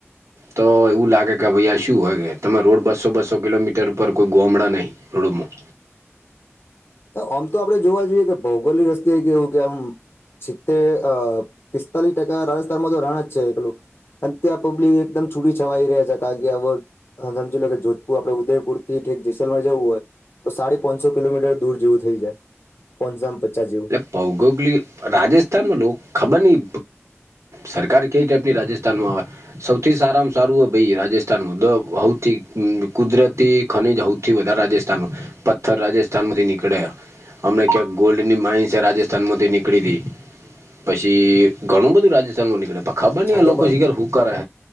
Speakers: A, on the right; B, on the left.
A: તો એવું લાગે કે ભાઈ શું હોય કે તમે રોડ બસો બસો કિલોમીટર ઉપર કોઈ ગોમડા નહીં રોડમાં
B: આમ તો આપડણે જોવા જઈએ કે ભૌગોલિક રસ્તે કેવું કે આમ સિત્તે પિસ્તાલીસ ટકા રાજસ્થાનમાં રા રહેણા એકલું અને ત્યાં પબ્લિક એકમ છુરી છવાઈ રહ્યા છે કારણ કે આ હા સમજી લો કે જોધપુર આપડે ઉદયપુર થીઠક જેસલર જવું હોય. તો સાડી પાંચસો કિલોમીટર દૂર જેવું થઈ જાય પોસોમાં પચાસ જે
A: ભૌગોગિક રાજસ્થાનમાં લોકો ખબર નહી સરકાર કઈ ટાઈપની રાજસ્થાન માં આવે સૌથી સારામાં સારું હો ભાઈ રાજસ્થાનમાંૌથી કુદરતી ખનીજ સૌથી વધાર રાજસ્થ પથ્થર રાજસ્થાનમાંથી નીકળ્યા અમ ક્યાં ગોલ્ડ મા રાજસ્થાન માંથી નીકળી હતીી પછી ઘણું બધું રાજસ્થાન માં નીકળે ખબર નહીં
B: હા
A: આ
B: તો
A: લોકો
B: પણ
A: શીખર હું કરે